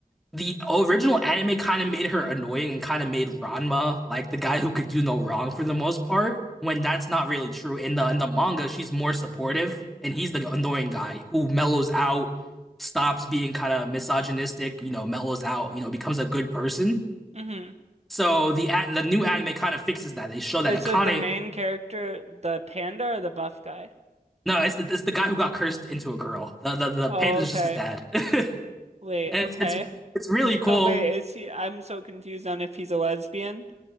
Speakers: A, in the centre; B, on the right.
A: the original anime kind of made her annoying and kind of made Ranma like the guy who could do no wrong for the most part, when that's not really true. In the in the manga, she's more supportive and he's the annoying guy who mellows out, stops being kind of misogynistic, you know, mellows out, you know, becomes a good person.
B: hmm
A: So the a- the new anime kind of fixes that. They show
B: Wait,
A: that Akane
B: so is the main character the panda or the buff guy?
A: No, it's the, it's the guy who got cursed into a girl. The the, the
B: Oh,
A: panda
B: okay.
A: is just his dad, <laughs> and
B: Wait,
A: it's
B: okay.
A: it's it's really cool.
B: So wait, is he? I'm so confused on if he's a lesbian.